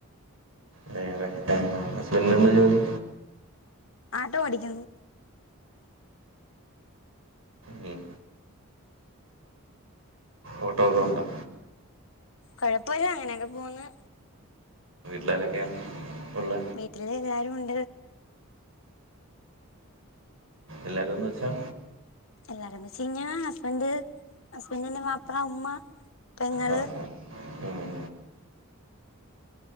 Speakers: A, on the right; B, on the left.
A: വേറെ <unintelligible> ഇന്നെന്താ ജോലി?
B: ആട്ടോ ഓടിക്ക്‌ന്നു.
A: ഉം ഓട്ടോ ഒക്കെ ഒണ്ടോ?
B: കൊഴപ്പല്ല അങ്ങനെക്കെ പോവുന്ന്
A: <unintelligible> ഉള്ള
B: വീട്ടില് എല്ലാരും ഉണ്ട്.
A: എല്ലാരും എന്ന് വെച്ചാ?
B: എല്ലാരും എന്ന് വെച്ച് കഴിഞ്ഞ ഹസ്ബൻഡ് ഹസ്ബൻഡ്ന്റെ വാപ്പ ഉമ്മ പെങ്ങള്
A: ആ ആ. ഉം.